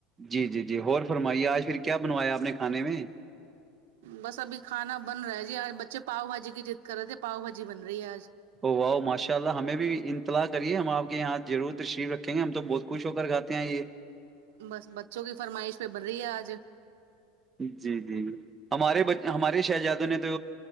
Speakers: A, on the right; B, on the right.
A: جی جی جی اور فرمائیے آج پھر کیا بنوایا آپ نے کھانے میں
B: بس ابھی کھانا بن رہا ہے جی آج بچے پاؤ بھاجی کی جضد کرے تھے پاؤ بھاجی بن رہی ہے آج
A: او واہؤ ماشاء اللہ ہمیں بھی ان اطلاع کریے ہم آپ کے یہاں ضرور تشریف رکھیں گے ہم تو بہت خوش ہو کر کھے ہیں یہ
B: بس بچوں کی فرمائش پہ بڑھ رہی ہے آج
A: جی جی جی ہمارے
B: ہ
A: ب ہمارے شہزادوں نے تو